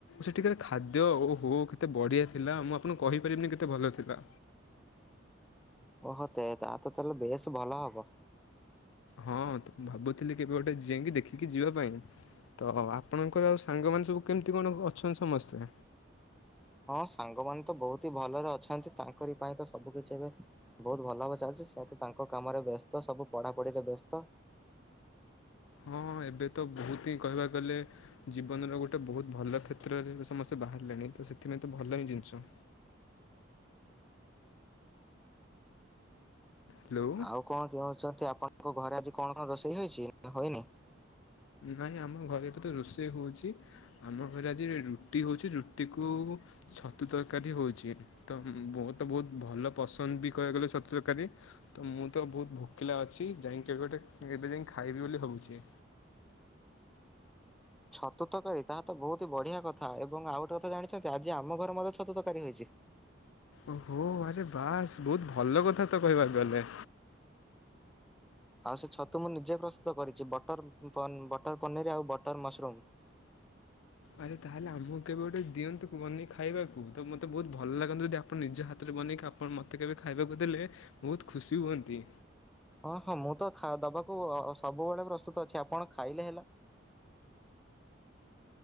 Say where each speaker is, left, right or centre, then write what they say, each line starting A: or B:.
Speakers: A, on the left (about 80°); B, in the centre.
A: ସେଠିକାର ଖାଦ୍ୟ ଓହୋ କେତେ ବଢ଼ିଆ ଥିଲା ମୁଁ ଆପଣଙ୍କୁ କହିପାରିବିନି କେତେ ଭଲ ଥିଲା।
B: ଓହୋ ତେ ତାହେଲେ ବେଶ ଭଲ ହବ।
A: ହଁ ଭାବୁଥିଲି କେବେ ଗୋଟେ ଜିଇଁକି ଦେଖିକି ଯିବା ପାଇଁ। ତ ଆପଣଙ୍କର ଆଉ ସାଙ୍ଗମାନେ ସବୁ କେମିତି କଣ ଅଛନ୍ତି ସମସ୍ତେ?
B: ହଁ ସାଙ୍ଗମାନେ ତ ବହୁତ ହି ଭଲରେ ଅଛନ୍ତି ତାଙ୍କରି ପାଇଁ ତ ସବୁ କିଛି ଏବେ ବହୁତ ଭଲ ଭାବରେ ଚାଲିଚି ସେ ତ ତାଙ୍କ କାମରେ ବ୍ୟସ୍ତ ସବୁ ପଢାପଢିରେ ବ୍ୟସ୍ତ।
A: ହଁଁ ଏବେ ତ ବହୁତ ହିଁ କହିବାକୁ ଗଲେ ଜୀବନର ଗୋଟେ ବହୁତ ଭଲ କ୍ଷେତ୍ରରେ ସମସ୍ତେ ବାହାରିଲେଣି ତ ସେଥିପାଇଁ ତ ଭଲ ହିଁ ଜିନିଷ। ହ୍ୟାଲୋ
B: ଆଉ କଣ କହୁଛନ୍ତି ଆପଣଙ୍କ ଘରେ ଆଜି କଣ ରୋଷେଇ ହେଇଚି ନା ହୋଇନି?
A: ନାଇଁ ଆମ ଘରେ ଏବେ ତ ରୋଷେଇ ହଉଚି। ଆମ ଘରେ ଆଜି ରୁଟି ହଉଚି ରୁଟିକୁ ଛତୁ ତରକାରୀ ହଉଛି ତ ମ ତ ବହୁତ ଭଲ ପସନ୍ଦ ବି କହିବାକୁ ଗଲେ ଛତୁ ତରକାରୀ। ତ ମୁଁ ତ ବହୁତ ଭୋକିଲା ଅଛି ଯାଇଁକ କେବେ ଗୋଟେ ଏବେ ଯାଇ ଖାଇବି ବୋଲି ଭାବୁଛି।
B: ଛତୁତକାରୀ ତାହା ତ ବହୁତ ବଢିଆ କଥା ଏବଂ ଆଉ ଗୋଟେ କଥା ଜାଣିଛନ୍ତି ଆଜି ଆମ ଘରେ ମଧ୍ୟ ଛତୁତକାରୀ ହେଇଛି।
A: ଓହୋ ଆରେ ବାସ୍ ବହୁତ ଭଲ କଥା ତ କହିବାକୁ ଗଲେ।
B: ଆଉ ସେ ଛତୁ ମୁଁ ନିଜେ ପ୍ରସ୍ତୁତ କରିଛି ବଟର ବଟର ପନିର ଆଉ ବଟର ମସରୁମ୍।
A: ଆରେ ତାହେଲେ ଆମକୁ କେବେ ଗୋଟେ ଦିଅନ୍ତୁ ବନିକି ଖାଇବାକୁ? ତ ମୋତେ ବହୁତ ଭଲ ଲାଗନ୍ତା ଯଦି ଆପଣ ନିଜ ହାତରେ ବନେଇକି ଖା ଆପଣ ମୋତେ କେବେ ଖାଇବାକୁ ଦେଲେ ବହୁତ ଖୁସି ହୁଅନ୍ତି।
B: ହଁ ହଁ ମୁଁ ତ ଦବାକୁ ସବୁବେଳେ ପ୍ରସ୍ତୁତ ଅଛି ଆପଣ ଖାଇଲେ ହେଲା।